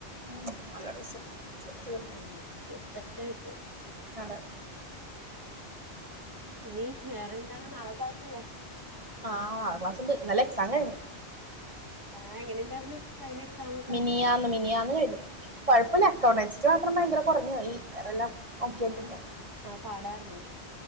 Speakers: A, on the right; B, on the right.
A: ഉം നല്ല ടേസ്റ്റ്ണ്ട് സത്യമായിട്ടും
B: തന്നെ ച്ചെ കഷ്ട്ടായിപോയി
A: അതെ
B: ഇനി വേറെന്താ നാളെ ക്ലാസ്സില്ലേ?
A: ആ നാളെ ക്ലാസ്ണ്ട് ഇന്നലെ എക്സാം കഴിഞ്ഞു
B: ആഹ് എങ്ങനെ ഇണ്ടായിര്ന്ന്? കഴിഞ എക്സാമ്
A: മിനിയാന്ന് മിനിയാന്ന് കഴിഞ് കൊഴപ്പല്ല അക്കൗണ്ടൺസിക്ക് മാത്രം ഭയങ്കര കൊറഞ്ഞോയി വേറെല്ലാം ഓക്കെ ആയിട്ടിരിക്ക്ണ്
B: ആ പാടായിരുന്നോ?